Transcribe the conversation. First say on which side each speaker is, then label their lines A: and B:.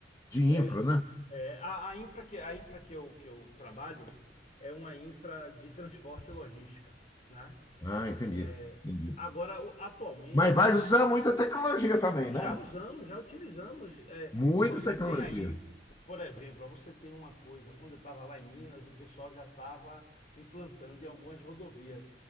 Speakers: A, on the left (about 20°); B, on the left (about 40°).
A: de infra,
B: É,
A: né?
B: É, a, a infra, que, a infra que, eu, que eu trabalho é uma infra de transporte e logística, né?
A: Ah, entendi,
B: É,
A: entendi.
B: agora, atualmente,
A: Mas
B: o
A: vai
B: que é-
A: usar muita tecnologia também,
B: já
A: né?
B: usamos, já utilizamos. é,
A: Muita
B: você
A: tecnologia.
B: tem aí, por exemplo, você tem uma coisa, quando eu estava lá em Minas, o pessoal já estava implantando em algumas rodovias,